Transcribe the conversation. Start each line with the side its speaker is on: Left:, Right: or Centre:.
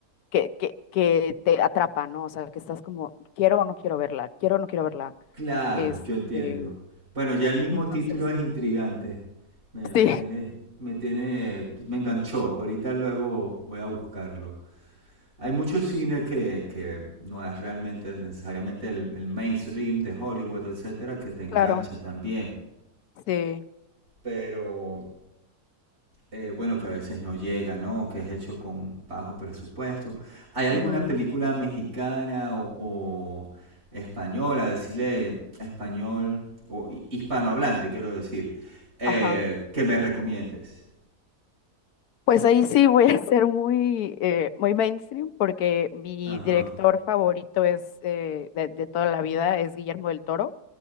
Left: que, que, que te atrapa, ¿no? O sea, que estás como, quiero o no quiero verla, quiero o no quiero verla.
Right: Claro,
Left: Este,
Right: yo entiendo. Bueno, ya el mismo
Left: entonces
Right: título es
Left: sí.
Right: intrigante. Me, me
Left: Sí,
Right: tiene, me tiene, me enganchó. Ahorita luego voy a buscarlo. Hay mucho cine que, que no es realmente necesariamente el, el mainstream de Hollywood, etcétera, que te engancha
Left: <laughs> claro,
Right: también.
Left: sí.
Right: Pero eh, bueno, que a veces no llega, ¿no? O que es hecho con bajo presupuesto. ¿Hay alguna
Left: Ujú,
Right: película mexicana o, o española, decirle español o hi- hispanohablante, quiero decir, eh,
Left: Ajá.
Right: que me recomiendes?
Left: Pues ahí sí voy a ser muy, eh, muy mainstream porque mi
Right: Ajá.
Left: director favorito es eh, de, de toda la vida es Guillermo del Toro.